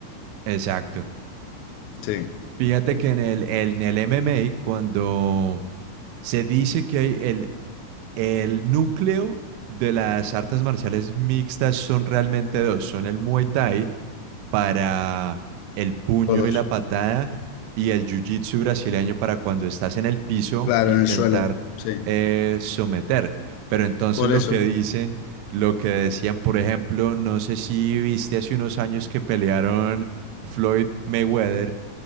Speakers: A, on the right; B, on the left.
A: Exacto.
B: Sí,
A: Fíjate que en el, en el MMA, cuando se dice que hay el, el núcleo de las artes marciales mixtas son realmente dos, son el Muay Thai para el puño
B: todos.
A: y la patada y el Jiu-Jitsu brasileño para cuando estás en el piso
B: Claro,
A: intentar
B: en el suelo. Sí,
A: eh, someter. Pero entonces
B: por
A: lo
B: eso.
A: que dicen, lo que decían, por ejemplo, no sé si viste hace unos años que pelearon Floyd Mayweather